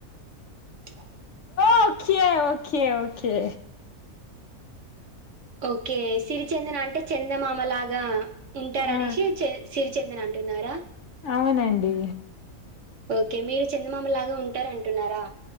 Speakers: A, on the right; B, on the left.
A: <inaudible>
B: okay okay okay
A: okay Sirichandana అంటే చందమామ లాగా ఉంటారు
B: ఆ,
A: అనేసి చేస్ సిరిచందన అంటున్నారా
B: అవునండి
A: ఓకే మీరు చందమామ లాగా ఉంటార్ అంటున్నారా